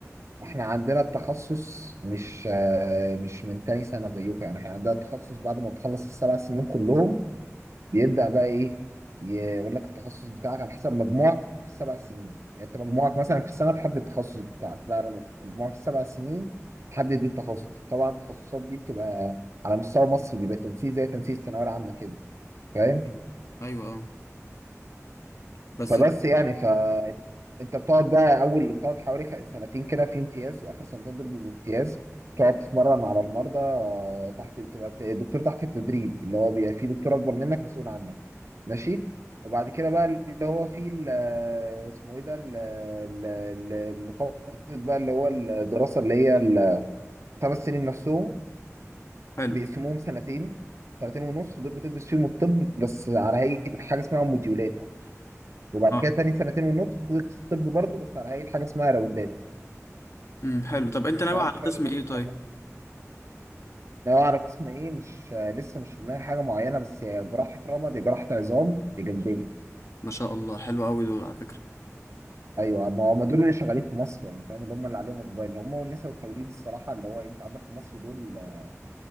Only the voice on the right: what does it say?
احنا عندنا التخصص مش آه، مش من تاني سنه زيكم يعني احنا عندنا التخصص بعد ما بتخلص السبع سنين كلهم بيبدا بقى ايه يقول لك التخصص بتاعك على حسب مجموعك في السبع سنين يعني انت مجموعك مثلا في السنه تحدد التخصص بتاعك لا انا مجموعي في السبع سنين تحدد بيه التخصص طبعا التخصصات دي بتبقى على مستوى مصر بيبقى تنسيق زي تنسيق الثانويه العامه كده فاهم
فبس يعني ف انت بتقعد بقى اول بتقعد حوالي خ- سنتين كده في امتياز اخر سنتين دول بيبقوا امتياز تقعد تتمرن على المرضى آه، تحت بتبقى ت- الدكتور تحت التدريب اللي هو بيبقى فيه دكتور اكبر منك مسؤول عنك ماشي وبعد كده بقى اللي هو فيه ال- اسمه ايه ده ال- ال- ال- اللي فترة بقى اللي هو الدراسة اللي هي الخمس سنين نفسهم
بيقسموهم سنتين سنتين ونص دول بتدرس فيهم الطب بس على هيئة حاجة اسمها موديولات وبعد
كده تاني سنتين ونص تدرس طب برضه بس على هيئة حاجة اسمها راوندات
انت
عارف
فرق
ما
بينهم
ولا لا؟ لو على قسم ايه مش آه، لسه مش في دماغي حاجة معينة بس هي جراحة رمى دي جراحة عظام دي جلدية
ايوه ما هم دول اللي شغالين في مصر يعني فاهم اللي هم اللي عليهم اقبال اللي هم والنساء والتوليد الصراحة اللي هو انت عندك في مصر دول آه،